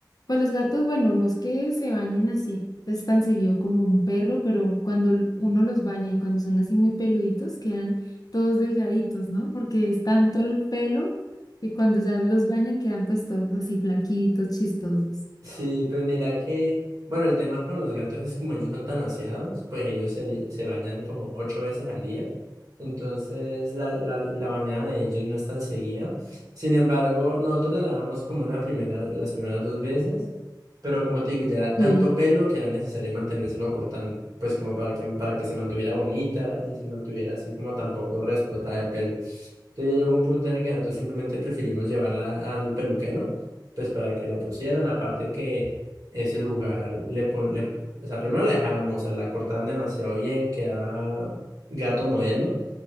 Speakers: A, on the left; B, on the right.
A: pues los gatos, bueno, no es que se bañen así, pues tan seguido como un perro, pero cuando l- uno los baña y cuando son así muy peluditos, quedan todos delgaditos, ¿no? Porque es tanto el pelo que cuando ya los bañan quedan pues todos así flaquitos, chistosos.
B: Sí, pues mira que, bueno, el tema con los gatos es como ellos son tan aseados, pues ellos se, li- se bañan como ocho veces al día, entonces la, la, la bañada de ellos no es tan seguida. Sin embargo, nosotros la lavamos como una primera, las primeras dos veces, pero como te digo, ya era tanto
A: Sí,
B: pelo que era necesario mantenérselo cortando, pues como para que, para que se mantuviera bonita y se mantuviera así como tampoco reexplotada de pelo. Entonces ya llegó un punto en el que nosotros simplemente preferimos llevarla al peluquero pues para que la pusieran, aparte que ese lugar, le, pon- le- o sea, primero la dejaron hermosa, la cortaban demasiado bien, quedaba gato modelo,